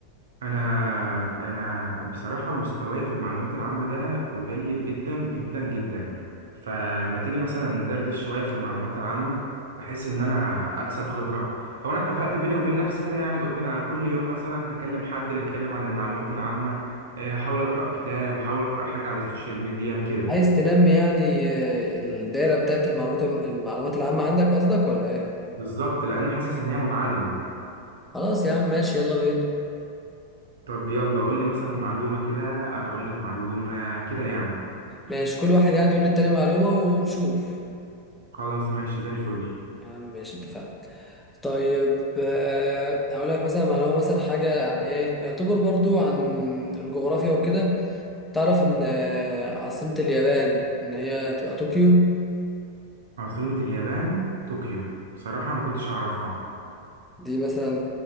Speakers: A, on the right; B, in the centre.
A: انا انا بصراحه مستواي في المعلومات العامه ده قليل جدا جدا جدا فما تيجي مثلا ندردش شويه في المعلومات العامه بحيث ان انا اكسب خبره هو انا اتفقت بيني وبين نفسي كده يعني قلت انا كل يوم مثلا هكلم حد نتكلم عن المعلومات العامه إيه، هحاول اقرا كتاب هحاول اقرا حاجه على السوشيال ميديا كده
B: عايز تنمي يعني آه، الدايرة بتاعت المعلومات المعلومات العامة عندك قصدك ولا إيه؟
A: بالظبط لان حاسس ان هي منعدمه
B: خلاص يا عم ماشي يلا بينا
A: طب يلا قول لي مثلا معلومة كده أنا أقول لك معلومة كده يعني
B: ماشي كل واحد يعني يقول للتاني معلومة ونشوف
A: خلاص ماشي زي الفل
B: يا عم ماشي اتفقنا طيب آه، هقول لك مثلا معلومة مثلا حاجة عن ايه يعتبر برضو عن الجغرافيا وكده تعرف ان آه، عاصمة اليابان ان هي تبقى طوكيو
A: عاصمة اليابان طوكيو بصراحة ما كنتش أعرفها
B: دي مثلا